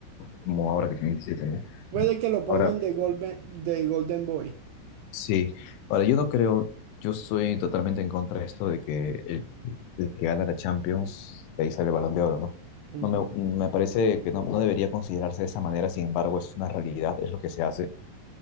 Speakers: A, on the left; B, on the right.
A: como ahora que tiene 17, ¿no?
B: Puede que lo pongan
A: Ahora,
B: de Golden, de Golden Boy.
A: Sí, ahora yo no creo, yo estoy totalmente en contra de esto de que el, el que gana la Champions de ahí sale el Balón de Oro, ¿no?
B: Ujú.
A: No me, me parece que no, no debería considerarse de esa manera, sin embargo es una realidad, es lo que se hace.